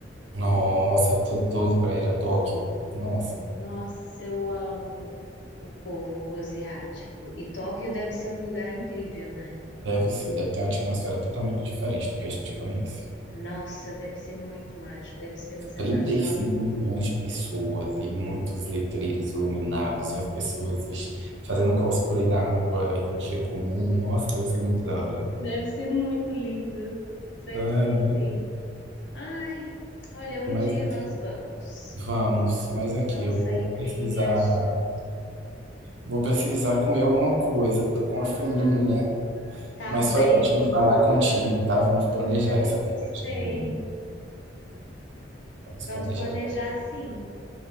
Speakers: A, on the right; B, on the left.
A: Nossa, eu tô doido pra ir a Tóquio. Nossa,
B: Nossa, eu amo o povo asiático. E Tóquio deve ser um lugar incrível, né?
A: deve ser. Deve ter uma atmosfera totalmente diferente do que a gente conhece.
B: Nossa, deve ser muito mágico, deve ser uma sensação.
A: trinta e cinco milhões de pessoas e muitos letreiros iluminados e as pessoas vis- fazendo cosplay na rua em um dia comum. Nossa, deve ser muito da hora.
B: Deve ser muito lindo. Deve
A: Ah,
B: ser sim. Ai, olha, um
A: mas
B: dia
A: aqui-
B: nós vamos.
A: vamos, mas aqui
B: Vamos
A: eu
B: sair
A: vou
B: para
A: precisar,
B: ir viajando.
A: vou precisar comer alguma coisa. Tô com uma fominha,
B: Tá
A: mas
B: bem.
A: foi ótimo falar contigo, tá? Vamos planejar
B: Também
A: essa
B: gostei.
A: viagem. Vamos
B: Vamos
A: planejar.
B: planejar sim.